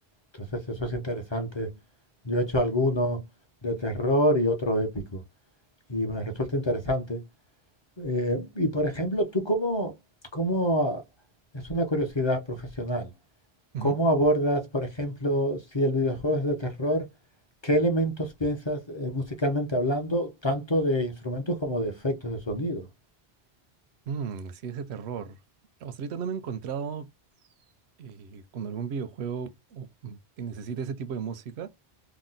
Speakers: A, on the left; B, on the right.
A: Entonces eso es interesante. Yo he hecho alguno de terror y otro épico y me resulta interesante. Eh, y por ejemplo, tú cómo, cómo, ah, es una curiosidad profesional,
B: Ujú.
A: ¿cómo abordas, por ejemplo, si el videojuego es de terror, qué elementos piensas eh, musicalmente hablando, tanto de instrumentos como de efectos de sonido?
B: Mm, sí, ese terror. O sea, ahorita no me he encontrado eh, con algún videojuego o con- que necesite ese tipo de música,